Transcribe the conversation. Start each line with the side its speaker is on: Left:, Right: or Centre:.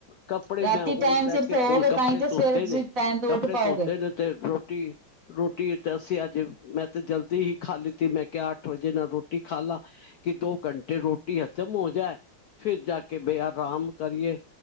Left: ਕੱਪੜੇ
Right: ਰਾਤੀ
Left: ਮੈਂ ਹੁਣ
Right: ਟਾਈਮ
Left: ਬਹਿ
Right: ਸਿਰ ਸੋਵੋਗੇ
Left: ਕੇ ਹੁਣ ਕੱਪੜੇ
Right: ਤਾਂ ਹੀ ਤੇ
Left: ਧੋਤੇ
Right: ਸਵੇਰੇ ਤੁਸੀਂ
Left: ਨੇ
Right: ਟਾਈਮ ਤੋਂ
Left: ਕੱਪੜੇ
Right: ਉੱਠ ਪਾਓਗੇ
Left: ਧੋਤੇ ਨੇ ਤੇ ਰੋਟੀ, ਰੋਟੀ ਤੇ ਅਸੀਂ ਅੱਜ ਜੇ ਮੈਂ ਤੇ ਜਲਦੀ ਹੀ ਖਾ ਲਿੱਤੀ ਮੈਂ ਕਿਹਾ ਅੱਠ ਵਜੇ ਨਾਲ ਰੋਟੀ ਖਾ ਲਾ ਕਿ ਦੋ ਘੰਟੇ ਰੋਟੀ ਹਜਮ ਹੋ ਜਾਏ ਫਿਰ ਜਾ ਕੇ ਬੇ ਆਰਾਮ ਕਰੀਏ